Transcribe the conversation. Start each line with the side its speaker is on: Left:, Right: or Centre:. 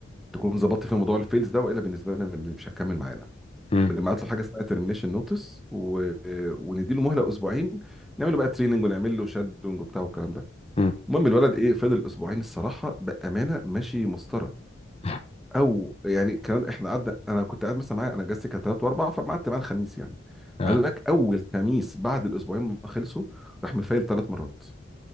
Centre: تكون ظبطت في موضوع الفيلز ده والا بالنسبه لنا مش هتكمل معانا
Left: مم.
Centre: بنبعت له حاجه اسمها ترمينيشن نوتس و... وندي له مهله اسبوعين نعمل له بقى تريننج ونعمل له شادونج وبتاع والكلام ده
Left: مم.
Centre: المهم الولد ايه فضل اسبوعين الصراحه بامانه ماشي مسطره
Left: <laughs>
Centre: او يعني كان احنا قعدنا انا كنت قاعد مثلا معايا انا اجازتي كانت ثلاث واربع فما قعدت معاه الخميس يعني
Left: اه
Centre: عايز اقول لك اول خميس بعد الاسبوعين ما خلصوا راح مفايل ثلاث مرات